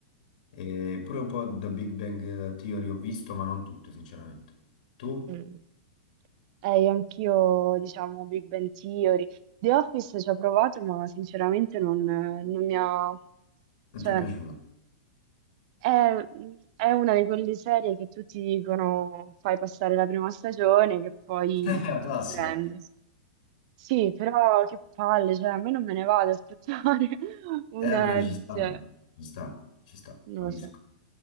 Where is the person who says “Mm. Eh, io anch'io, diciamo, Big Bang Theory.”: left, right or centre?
Right